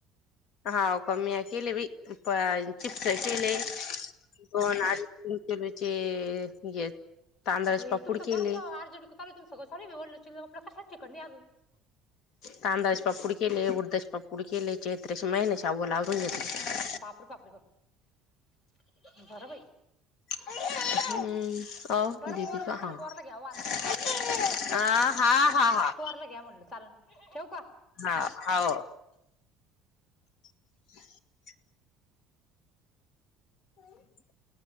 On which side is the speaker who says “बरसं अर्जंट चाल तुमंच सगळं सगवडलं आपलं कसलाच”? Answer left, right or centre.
Left